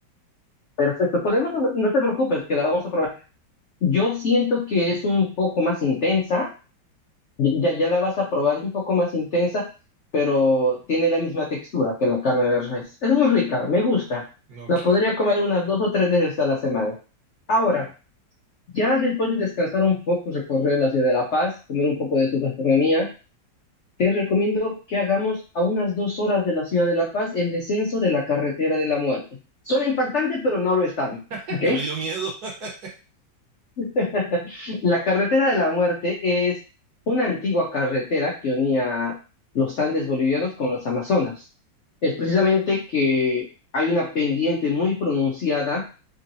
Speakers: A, on the left; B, on the right.
A: Perfecto, podemos, no te preocupes, que la vamos a probar. Yo siento que es un poco más intensa, ya, ya la vas a probar, es un poco más intensa, pero tiene la misma textura que la carne de res. Es muy rica, me gusta.
B: No, Ok,
A: La podría comer unas dos o tres veces a la semana. Ahora,
B: no,
A: ya después de descansar un poco, recorrer la ciudad de La Paz, comer un poco de su gastronomía, Te recomiendo que hagamos a unas dos horas de la ciudad de La Paz el descenso de la carretera de la muerte. Suena impactante, pero no lo es tanto,
B: <laughs>
A: ¿ok?
B: ya me dio miedo. <laughs>
A: <laughs> La carretera de la muerte es una antigua carretera que unía los Andes bolivianos con los Amazonas. Es precisamente que hay una pendiente muy pronunciada